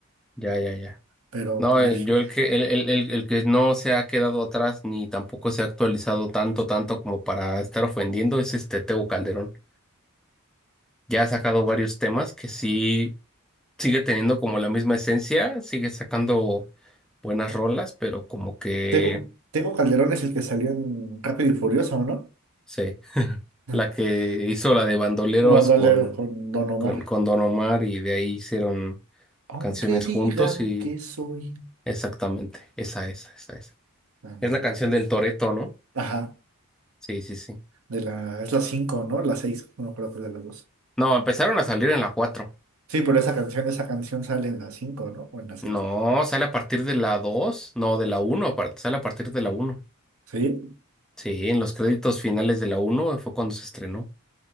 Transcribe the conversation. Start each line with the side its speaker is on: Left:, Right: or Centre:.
Centre: Ya, ya, ya.
Right: pero
Centre: No,
Right: por
Centre: el-
Right: ahí...
Centre: yo el que, el, el, el, el que no se ha quedado atrás ni tampoco se ha actualizado tanto, tanto como para estar ofendiendo es este Tego Calderón. Ya ha sacado varios temas que sí sigue teniendo como la misma esencia, sigue sacando buenas rolas, pero como que,
Right: Tengo,
Centre: no
Right: tengo Calderón es el que salió en Rápido y Furioso, ¿no?
Centre: sé,
Right: <laughs>
Centre: la que hizo la de Bandoleros
Right: Bandolero
Centre: con,
Right: con Don Omar.
Centre: con, con Don Omar y de ahí hicieron
Right: Aunque
Centre: canciones
Right: digan
Centre: juntos y
Right: que soy...
Centre: exactamente, esa, esa, esa, esa.
Right: Ándale.
Centre: Es la canción del Toreto, ¿no?
Right: Ajá,
Centre: Sí, sí, sí.
Right: de la... Es la cinco ¿no? La seis no creo que es de las dos.
Centre: No, empezaron a salir en la cuatro
Right: Sí, pero esa canción, esa canción sale en la cinco ¿no? O en la seis
Centre: No, sale a partir de la dos no, de la uno apar- sale a partir de la uno
Right: ¿Sí?
Centre: Sí, en los créditos finales de la uno fue cuando se estrenó.